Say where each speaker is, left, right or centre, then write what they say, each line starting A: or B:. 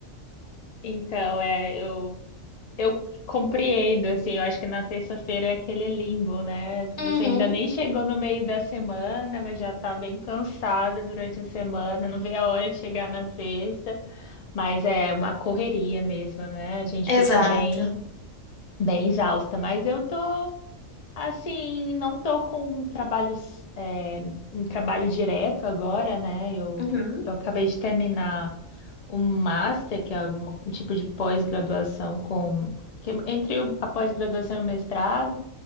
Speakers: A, on the left (about 70°); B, on the left (about 35°).
A: Então, é, eu, eu compreendo, assim, eu acho que na terça-feira é aquele limbo, né?
B: Uhum,
A: Você ainda nem chegou no meio da semana, mas já tá bem cansado durante a semana, não vê a hora de chegar na sexta, mas é uma correria mesmo, né? A gente
B: exato.
A: fica bem, bem exausta, mas eu tô assim, não tô com trabalhos, é, um trabalho direto agora, né? Eu,
B: Uhum.
A: eu acabei de terminar um master, que é um tipo de pós-graduação com que é entre o- a pós-graduação e o mestrado,